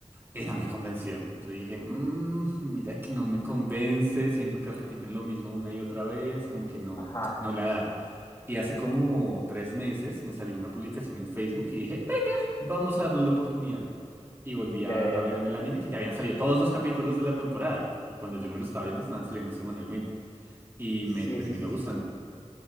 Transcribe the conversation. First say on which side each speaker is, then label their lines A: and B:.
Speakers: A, on the right; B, on the left.
A: y no me convenció. Yo dije, "Mm, mira que no me convence, siento que repiten lo mismo una y otra vez, como que no,
B: ajá.
A: no la da. Y hace como tres meses me salió una publicación en Facebook y dije, venga, vamos a darle la oportunidad y volví
B: Ya,
A: a,
B: ya,
A: a
B: ya.
A: verme el anime que ya habían salido todos los capítulos de la temporada. Y cuando yo me lo estaba viendo, estaban saliendo semanalmente. Y
B: Sí,
A: me terminó
B: sí, sí, sí,
A: gustando.
B: sí.